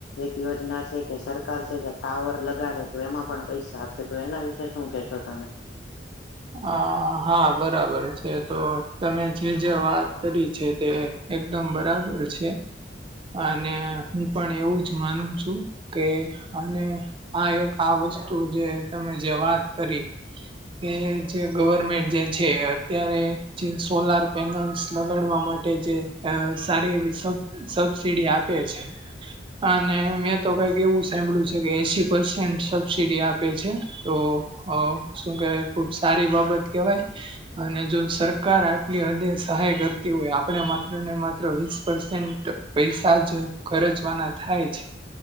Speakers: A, on the left; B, on the right.
A: એક યોજના છે. કે સરકાર છે, જે ટાવર લગાડે તો, એમાં પણ પૈસા આપશે, તો એના વિશે શું કેશો તમે?
B: હ, હા, બરાબર છે, તો તમે જે-જે વાત કરી છે, તે એકદમ બરાબર છે. અને હું પણ એવું જ માનું છું કે, અને આ એક આ વસ્તુ જે તમે જે વાત કરી. કે જે ગવર્મેન્ટ જે છે, અત્યારે જે સોલાર પેનલ્સ લગાડવા માટે જે અ સારી એવી સ સબસીડી આપે છે. અને મેં તો કઈક એવું સાંભળ્યું છે કે, એસી પર્સેન્ટ સબસીડી આપે છે. તો અ શું કેવાય, ખુબ સારી બાબત કેવાય. અને જો સરકાર આટલી હદે સહાય કરતી હોય, આપણે માત્ર ને માત્ર વીસ પરસેન્ટ પૈસા જ ખર્ચવાના થાય છે.